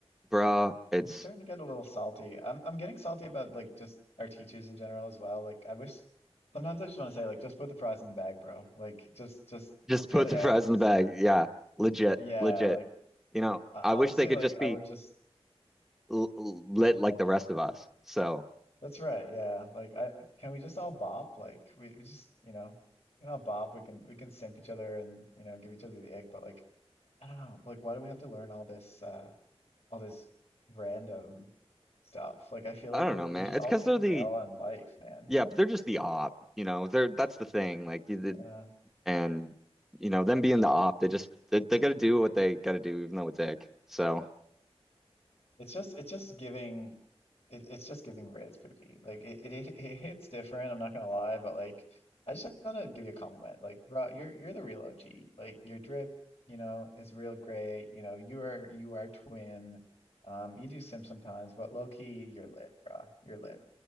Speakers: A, in the centre; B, on the left.
A: bro, it's
B: I'm just starting to get a little salty. I'm, I'm getting salty about like just our teachers in general as well. Like I wish sometimes I just want to say like just put the fries in the bag, bro. Like just, just,
A: just
B: just get
A: put
B: it
A: the
B: out.
A: fries in
B: Just
A: the bag. Yeah, legit,
B: yeah.
A: legit.
B: Like
A: You know,
B: I,
A: I
B: honestly,
A: wish they could
B: like
A: just
B: I
A: be
B: would just.
A: l l- lit
B: <sighs>
A: like the rest of us. So
B: That's right. Yeah. Like I can we just all bop? Like we, we just, you know, we can all bop. We can we can simp each other and, you know, give each other the ick, but like I don't know. Like why do we have to learn all this uh all this random stuff? Like I feel
A: I
B: like
A: don't
B: we're
A: know, man.
B: we're just
A: It's
B: all
A: because
B: taking
A: they're the
B: the L on life, man.
A: yeah, but they're just the op. You know, they're that's the thing. Like you did,
B: Uh
A: and you know them being the op, they just they, they got to do what they got to do, even though it's ick. So,
B: it's just it's just giving It, it's just giving red spooky. Like it, it it hits different. I'm not gonna lie, but like I just want to give you a compliment. Like, bro, you're you're the real OG. Like your drip, you know, is real great. You know, you are you are twin. Um, you do sim sometimes, but low key, you're lit, bro. You're lit,